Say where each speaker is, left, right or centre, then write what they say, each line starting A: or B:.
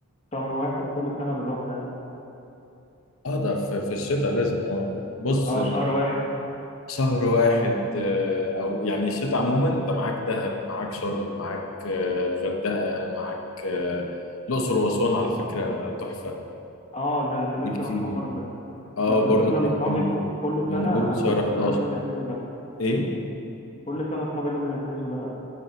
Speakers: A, on the left; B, on the left.
A: شهر واحد كل سنه بنروح دهب
B: اه ده في في الشتاء لازم اه بص
A: اه شهر واحد
B: شهر واحد آه، او يعني الشتاء عموما انت معاك دهب معاك شرم معاك آه، الغردقه معاك آه، الاقصر واسوان على فكره تحفه
A: اه ده انا كان
B: وجيت
A: نفسي اروح
B: فيهم
A: مره
B: اه
A: بس
B: برضه
A: الفكرة
B: تروحهم
A: إن أصحابي ك- كل
B: من
A: سنة
B: اول
A: كل
B: شهر 11
A: سنة لازم يحجزوا دهب
B: ايه
A: كل سنة أصحابي لازم يحجزوا دهب